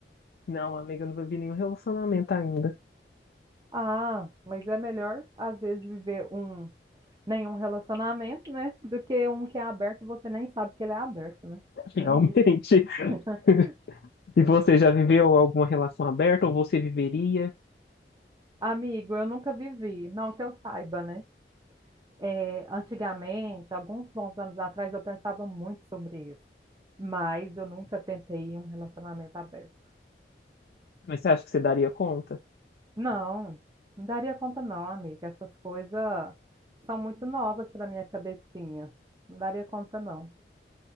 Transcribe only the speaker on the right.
Ah, mas é melhor às vezes viver um nenhum relacionamento, né? Do que um que é aberto e você nem sabe que ele é aberto, né?
Tem isso. <laughs>
Amigo, eu nunca vivi, não que eu saiba, né? É, antigamente, alguns bons anos atrás, eu pensava muito sobre isso, mas eu nunca tentei um relacionamento aberto.
Não, não daria conta, não, amiga. Essas coisas são muito novas para minha cabecinha. Não daria conta, não.